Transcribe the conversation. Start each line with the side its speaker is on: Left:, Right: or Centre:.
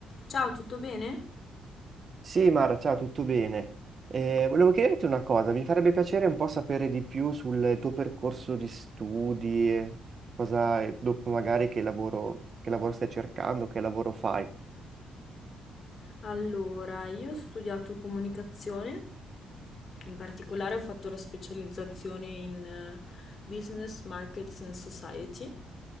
Left: Ciao, tutto bene?
Right: Sì, Mara, ciao, tutto bene. Eh, volevo chiederti una cosa, mi farebbe piacere un po' sapere di più sul tuo percorso di studi, eh, cosa dopo magari che lavoro, che lavoro stai cercando, che lavoro fai.
Left: Allora, io ho studiato comunicazione, in particolare ho fatto la specializzazione in eh, Business, Markets and Society